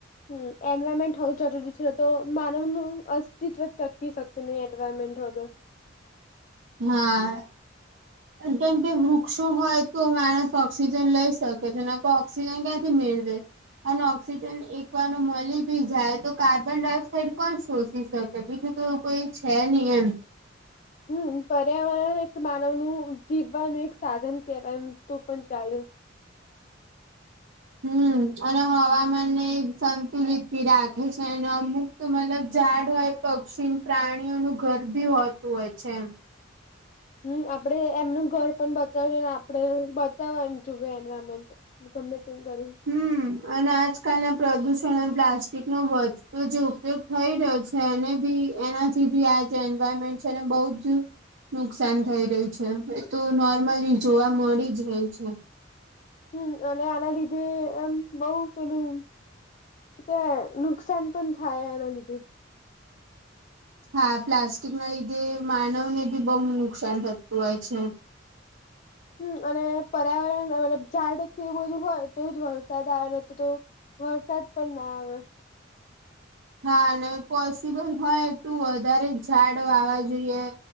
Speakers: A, on the left; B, on the right.
A: હમ એન્વાયરમેન્ટ હોવું જરૂરી છે તો માનવ નું અસ્તિત્વ ટકી શકતું નહી એન્વાયરમેન્ટ વગર.
B: હા. કેમકે વૃક્ષો હોય તો માણસ ઓક્સિજન લઈ શકે છે. <unintelligible> ઓક્સિજન ક્યાંથી મેળવે. અને ઓક્સિજન એક વાર ન મલી બી જાય તો કાર્બન ડાયોક્સાઇડ કોણ શોષી શકે બીજું તો કોઈ છે નહીં એમ.
A: હમ પર્યાવરણ એક માનવ નું જીવવાનું એક સાધન કેવાય એમ તો પણ ચાલે
B: હમ્મ અને હવામાનને સંતુલિત બી રાખે છે અને અમુક તો મતલબ ઝાડ હોય પક્ષી પ્રાણીઓનું ઘર ભી હોતું હોય છે એમ.
A: હમ્મ આપડે એમનું ઘર પણ બચાવયે ને આપડ બચાવવા જોએ એન્વાયરમેન્ટ. <unintelligible>
B: હમ અને આજકાલના પ્રદુષણ અને પ્લાસ્ટિકનો વધતો જે ઉપયોગ થઈ રહ્યો છે. એને બી એનાથી બી આ જે એન્વાયરમેન્ટ છે એને બઉજ. નુકસાન થઈ રહ્યું છે એ તો નોર્મલી જોવા મળી જ રહી છે.
A: હમ અને આના લીધે એમ બઉ પેલું ત નુકસાન પણ થાય એના લીધે.
B: હા પ્લાસ્ટિક ના લીધે માનવને બી બોઉ નુકસાન થતું હોય છે.
A: હમ અને પર્યા મતલબ ઝાડ કે એવું બધું હોય તો જ વરસાદ આવે ન તો વરસાદ પણ ના આવે.
B: હા અને પોસિબલ હોય એટલું વધારે ઝાડ વાવા જોઈએ.